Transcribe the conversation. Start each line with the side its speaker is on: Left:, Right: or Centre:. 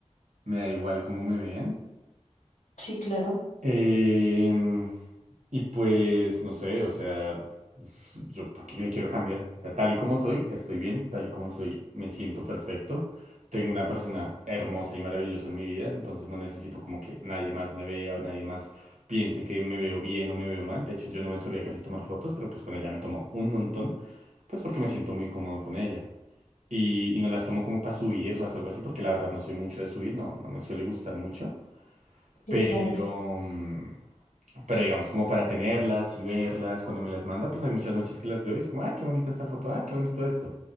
Right: Me da igual cómo me vean.
Left: Sí, claro,
Right: Em, Y pues, no sé, o sea, pues, yo para qué me quiero cambiar. O sea, tal y como soy, estoy bien, tal y como soy, me siento perfecto. Tengo una persona hermosa y maravillosa en mi vida, entonces no necesito como que nadie más me vea o nadie más piense que me veo bien o me veo mal. De hecho, yo no me solía casi tomar fotos, pero pues con ella me tomo un montón, pues porque me siento muy cómodo con ella. Y, y no las tomo como para subirlas o algo así, porque la verdad no soy mucho de subir, no, no me suele gustar mucho.
Left: sí,
Right: Pero,
Left: claro.
Right: mm, pero digamos, como para tenerlas y verlas, cuando me las manda, pues hay muchas noches que las veo y es como, ah, qué bonita esta foto, ah, qué bonito esto.